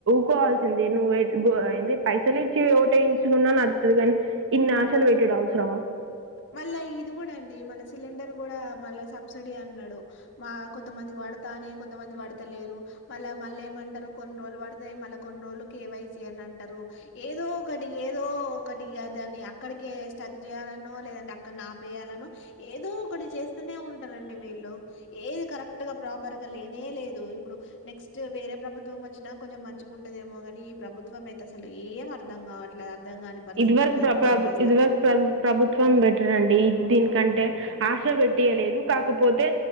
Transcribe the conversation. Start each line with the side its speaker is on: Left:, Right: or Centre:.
Right: కోవాల్సిందంది నువ్వు ఏ పైసలు ఇచ్చి ఓటేయించుకున్నా న అడుతుది కాని ఇన్నిషలు వేటెడ్ అవసరమా
Left: మళ్ళా ఇది కూడా అండి మళ్ళ సిలిండర్ కూడా మళ్ళా సబ్సిడీ అన్నాడు మా కొంతమంది వాడతానే కొంతమంది పడతలేరు మళ్ళ మళ్ళ ఏమంటారు కొన్ని రోజులు పడతాయి మళ్ళ కొన్ని రోజులు కేవైసి అని అంటారు ఏదో ఒకటి ఏదో ఒకటి దాని అక్కడిక స్టక్ చేయాలన్న లేదండి అక్కడ నాపేయాలను ఏదో ఒకటి చేస్తూనే ఉంటారంండి వీళ్ళు ఏది కరెక్ట్ గా ప్రాపర్ గా లేనే లేదు ఇప్పుడు నెక్స్ట్ వేరే ప్రభుత్వం వచ్చినా కొంచెం మంచిగా ఉంటదేమో కానీ ఈ ప్రభుత్వం అయితే అసలు ఏం అర్థం కావట్లేదు అర్థం కాని పరిస్థితి
Right: ఇది వరకు
Left: ఉన్నది
Right: ప్ర
Left: ఇప్పుడైతే
Right: ప్ర
Left: ప్రస్తుతం
Right: ఇది వరకు ప్ర ప్రభుత్వంట్ నండి దీనికంటే ఆశ పెట్టియలేదు కాకపోతే